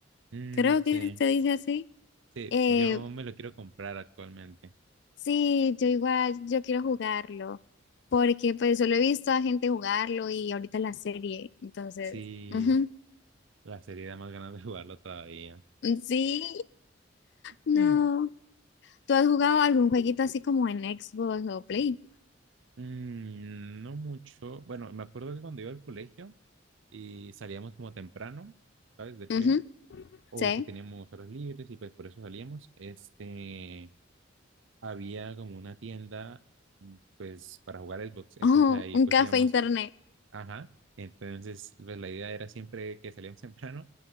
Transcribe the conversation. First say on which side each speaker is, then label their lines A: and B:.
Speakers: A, on the right (about 75°); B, on the left (about 60°).
A: Mm,
B: creo
A: sí,
B: que se dice así.
A: sí,
B: Eh,
A: yo me lo quiero comprar actualmente.
B: sí, yo igual, yo quiero jugarlo, porque pues solo he visto a gente jugarlo y ahorita la serie, entonces,
A: Sí,
B: ujú.
A: la serie da más ganas de jugarlo todavía.
B: Sí,
A: <laughs>
B: no. ¿Tú has jugado algún jueguito así como en Xbox o Play?
A: Mm, no mucho. Bueno, me acuerdo que cuando iba al colegio y salíamos como temprano, ¿sabes? Del
B: Ujú,
A: colegio.
B: sí.
A: o que teníamos horas libres y pues por eso salíamos, este, había como una tienda mm, pues para jugar Xbox, entonces
B: Oh,
A: ahí
B: un
A: pues
B: café
A: íbamos,
B: internet.
A: ajá, entonces pues la idea era siempre que salíamos <laughs> temprano,